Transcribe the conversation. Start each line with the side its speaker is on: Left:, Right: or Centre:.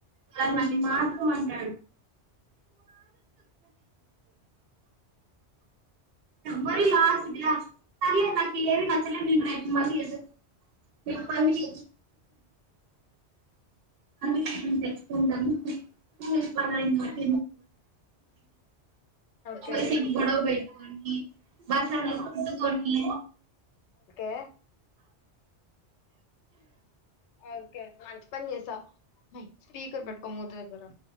Right: అ నన్నీ మాత్రవం అంట మరిలాస్ట్ లాస్ట్ సర్లే నాక్ ఇఎవి నచ్చలే నేన్ రేప్ మళ్ళీ అ రేప్ మళ్లీ అన్నంచం తెలుచ్చుకుంటాము పరా మాట
Left: ఓకే
Right: పైస గొడవ బ అ బసంలో కొంట కొన్ని
Left: ఎ ఒకె మంచి పని జేసవ్ స్పీకర్పెట్కోమూతి దగ్గరా